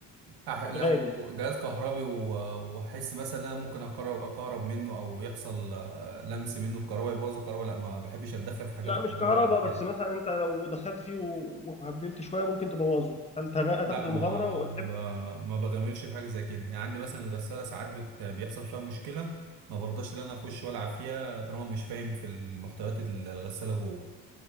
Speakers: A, on the right; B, on the left.
A: أح- لو
B: غالي
A: جهاز كهربي و- واحس مثلا ان انا ممكن اقرب اكهرب منه او يحصل آه، لمس منه الكهرباء يبوظ الكهرباء لا ما بحبش اتدخل في حاجات
B: لا
A: الكهرباء
B: مش كهرباء
A: قد
B: بس
A: كده
B: مثلا انت لو دخلت فيه و- وهبلت شويه ممكن تبوظه هل تغ-
A: لا
B: هتاخد
A: ما
B: المغامره وتحب
A: ما, ب... ما بغامرش في حاجه زي كده يعني عندي مثلا الغساله ساعات بت... بيحصل فيها مشكله ما برضاش ان انا اخش والعب فيها طالما مش فاهم في المحتويات ال- الغساله جوه